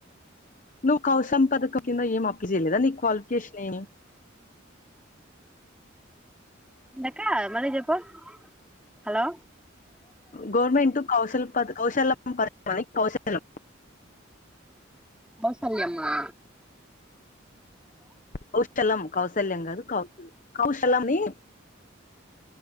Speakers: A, on the left; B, in the centre.
A: నువ్యూ కౌసంపదక కింద ఏం అప్లైచెయ్య లేదా నీ క్వాలిఫై కిష్నేని
B: ఏంది అక్క మళ్లీ చెప్పు హలో
A: గవర్నమెంట్ కౌల్ కౌశల్యా పథకం మనకి కౌశం
B: కౌ శల్యమ్మా
A: కౌశలం కౌశల్యం కాదు కౌశ కౌశల అని